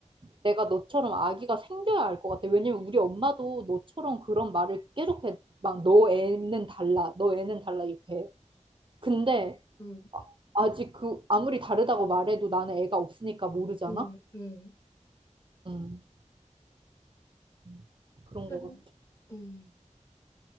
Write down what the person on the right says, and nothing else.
내가 너처럼 아기가 생겨야 알 것 같아. 왜냐면 우리 엄마도 너처럼 그런 말을 계속 해. 막, 너 애는 달라. 너 애는 달라. 이렇게. 근데
아- 아직 그, 아무리 다르다고 말해도 나는 애가 없으니까 모르잖아?
음, 음. 그런
것 같아.